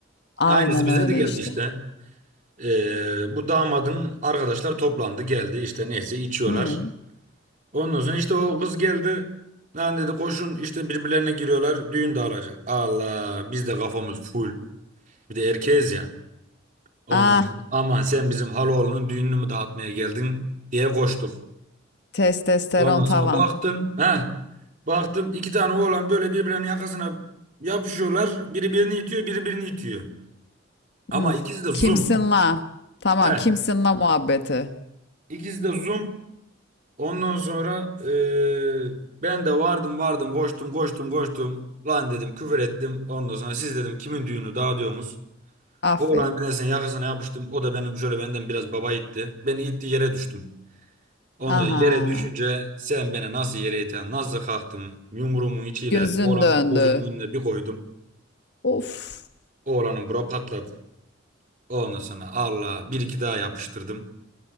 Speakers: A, on the left; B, on the right.
A: Aynen
B: Aynısı bize
A: öyle
B: de geldi
A: işte.
B: işte. Ee, bu damadın arkadaşlar toplandı geldi işte neyse içiyorlar.
A: Hı.
B: Ondan sonra işte o kız geldi. Lan dedi koşun işte birbirlerine giriyorlar düğün dağılacak. Allah biz de kafamız full. Bir de erkeğiz ya. Ondan
A: Ah,
B: sonra, aman sen bizim haloğlunun düğününü mü dağıtmaya geldin diye koştuk.
A: testosteron
B: Ondan sonra
A: tavan.
B: baktım. He, baktım iki tane oğlan böyle birbirlerinin yakasına yapışıyorlar. Biri birini itiyor, biri birini itiyor. Ama
A: Hı.
B: ikisi de zoom.
A: Kimsin la? Tamam,
B: He,
A: kimsin la muhabbeti.
B: ikisi de zoom. Ondan sonra e, ben de vardım vardım koştum koştum koştum. Lan dedim küfür ettim. Ondan sonra siz dedim kimin düğünü dağıtıyorsunuz?
A: Aferin.
B: Oğlan birisinin yakasına yapıştım. O da benim şöyle benden biraz baba itti. Beni itti yere düştüm. Onu
A: Aha.
B: da yere düşünce sen beni nasıl yere iten, nasıl kalktım yumruğumun içiyle
A: Gözün
B: oğlanın
A: döndü.
B: gözünün önüne bir koydum.
A: Of.
B: Oğlanın bura patladı. Ondan sonra Allah bir iki daha yapıştırdım.